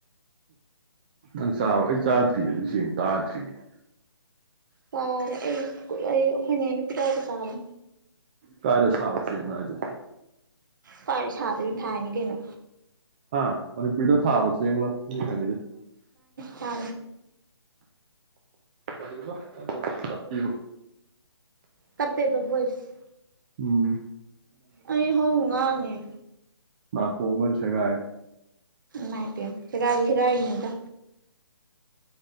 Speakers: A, on the right; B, on the right.
A: ꯅꯪ ꯆꯥꯔꯣ ꯑꯩ ꯆꯥꯗ꯭ꯔꯤ ꯑꯗꯨꯁꯡ ꯇꯥꯗ꯭ꯔꯤꯌꯦꯦ
B: ꯇꯔ ꯑꯩ ꯑꯩ ꯑꯩꯈꯣꯏꯅꯦ ꯅꯨꯄꯤꯗꯒ ꯆꯥꯕ
A: ꯀꯥꯏꯔꯦ ꯁꯥꯕꯁꯦꯡꯅꯣ ꯍꯥꯏꯁꯦ
B: ꯄꯥꯔ ꯁꯥꯥꯗꯕꯤ ꯐꯅꯤ ꯀꯅꯣ
A: ꯍꯥ ꯃꯅꯤꯄꯨꯔꯤꯗ ꯊꯥꯕ ꯆꯦꯥ ꯁꯤꯨꯝ ꯍꯪꯉꯤꯁꯦ
B: ꯐ
A: ꯄꯩꯁꯥ ꯇꯞꯄꯤꯕꯣ
B: ꯇꯞꯄꯦꯕ ꯚꯣꯏꯁ
A: ꯎꯝ
B: ꯑꯩ ꯍꯧ ꯉꯥꯡꯉꯦ
A: ꯃꯥꯀꯨ ꯎꯃꯜ ꯁꯒꯥꯏꯔ
B: ꯃꯥꯏ ꯄꯤ ꯌꯥꯝꯒꯥꯏꯒꯥꯏꯒꯅꯨꯗ